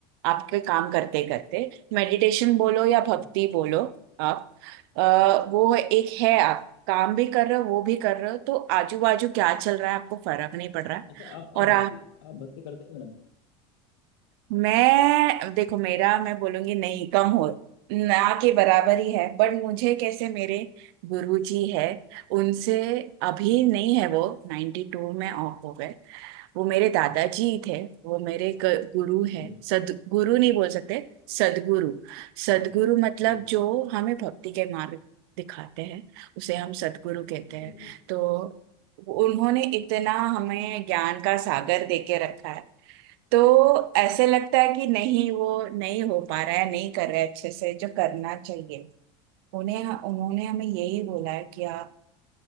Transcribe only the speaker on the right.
आपके काम करते करते मेडिटेशन बोलो या भक्ति
बोलो आप अ, वो एक है आप काम भी कर रहे हो वो भी कर रहे हो तो आजू बाजू क्या चल रहा है आपको फर्क नहीं पड़ रहा है
और
मैं देखो मेरा मैं बोलूंगी नहीं कम हो ना के बराबर ही है बट मुझे कैसे मेरे गुरुजी है उनसे अभी
नहीं है वो 92 में ऑफ हो गए वो मेरे दादाजी
थे
वो मेरे ग- गुरु
है सदगुरु नहीं बोल सकते सदगुरु सदगुरु
मतलब
जो हमें भक्ति के मार्ग दिखाते हैं उसे हम सदगुरु कहते
हैं
तो उन्होंने इतना हमें ज्ञान का सागर देके रखा है तो ऐसे लगता है कि नहीं वो नहीं हो पा रहा है नहीं कर रहा है अच्छे से जो करना चाहिए उन्हें उन्होंने हमें यही बोला है कि आप